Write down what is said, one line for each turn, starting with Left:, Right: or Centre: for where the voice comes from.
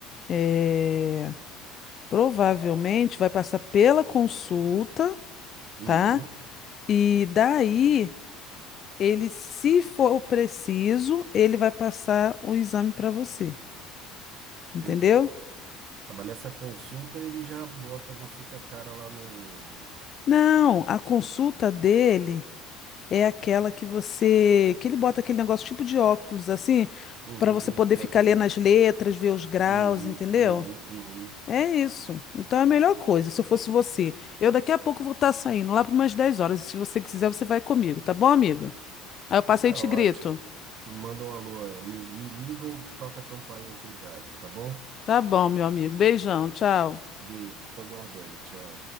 Left: eh, Provavelmente vai passar pela consulta,
Right: Uhum,
Left: tá? E daí, ele, se for preciso, ele vai passar o exame para você, entendeu?
Right: entendi. Ah, mas nessa consulta ele já bota você com a cara lá no.
Left: Não, a consulta dele é aquela que você, que ele bota aquele negócio tipo de óculos assim,
Right: Uhum,
Left: para você poder
Right: pra
Left: ficar
Right: ver.
Left: lendo as
Right: Uhum,
Left: letras, ver os graus,
Right: uhum,
Left: entendeu?
Right: uhum.
Left: É isso. Então é a melhor coisa, se eu fosse você. Eu daqui a pouco vou estar saindo lá para umas 10 horas. Se você quiser, você vai comigo, tá bom, amiga? Aí eu passei
Right: Tá
Left: e te
Right: ótimo.
Left: grito.
Right: Tu manda um alô, é, me, me liga ou toca a campainha aqui em casa, tá bom?
Left: Tá bom, meu amigo. Beijão, tchau.
Right: Beijo, fico aguardando, tchau.